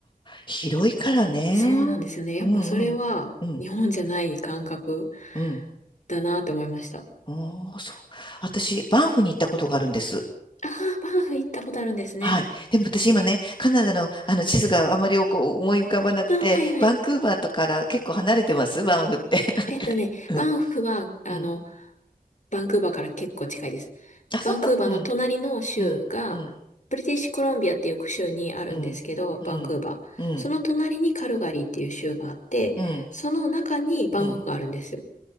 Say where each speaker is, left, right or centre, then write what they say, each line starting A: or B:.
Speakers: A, on the left (about 35°); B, on the left (about 55°).
A: 広いからね。
B: そうなんですよね。やっぱそれは日本じゃない感覚
A: うんうん。うん。うん。
B: だなって思いました。
A: ああ、そう。私、バンフに行ったことがあるんです。
B: ああ、バンフ行ったことあるんですね。
A: はい。でも私今ね、カナダのあの地図があまりこう思い浮かばなくて、
B: あはいはい。
A: バンクーバーとかから結構離れてますバンフって。
B: えっとね、
A: <laughs> うん。
B: バンフは、あの、
A: うん。
B: バンクーバーから結構近いです。
A: あ、本当うん。
B: バンクーバーの隣の州が、
A: うん。うん。
B: ブリティッシュコロンビアっていう州にあるんですけど、
A: うん。
B: バンクーバー。
A: うん。うん。
B: その隣にカルガリーっていう州があって、
A: うん。
B: その中にバンフがあるんですよ。
A: うん